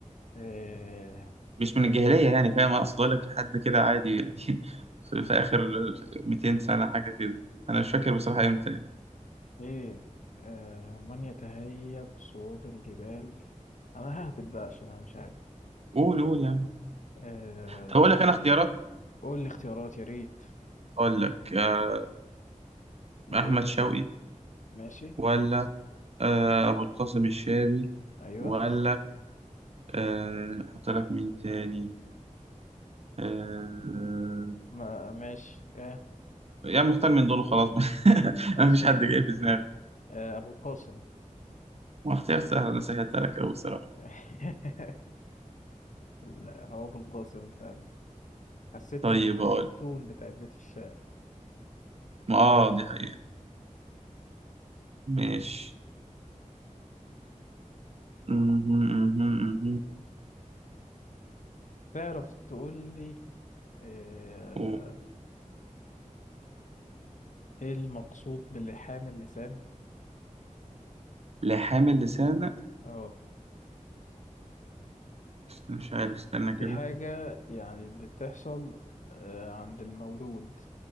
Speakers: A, on the left; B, on the right.
A: ايه
B: مش من الجاهلية يعني فاهم أقصد أقول لك حد كده عادي يعني <laughs> في, في آخر 200 سنة حاجة كده أنا مش فاكر بصراحة إمتى يعني
A: ايه آه ومن يتهيب صعود الجبال انا ههبط بقى عشان انا مش عارف
B: قول قول يعني
A: آه
B: طب أقول لك أنا اختيارات
A: قول لي اختيارات يا ريت
B: أقول لك آه
A: يا
B: أحمد
A: ريت
B: شوقي
A: ماشي
B: ولا آه أبو القاسم الشابي
A: ايوه
B: ولا آه أحط لك مين تاني آه
A: ما ماشي اه
B: يعني مختار من دول وخلاص <laughs>
A: أس...
B: أنا مفيش حد جاي في دماغي
A: آه ابو القاسم
B: ما اختيار سهل أنا سهلتها لك أوي بصراحة
A: <laughs> لا، هو ابو القاسم فعلا حسيت
B: طيب
A: من الت-
B: أقول
A: من التون بتاعت بيت الشعر
B: ما آه دي حقيقة ماشي مهم، مهم،
A: تعرف تقول لي آه،
B: مهم.
A: ايه المقصود بلحام اللسان
B: لحامل لسان لأ،
A: اه
B: مش عارف استنى كده
A: دي حاجة يعني بتحصل آه، عند المولود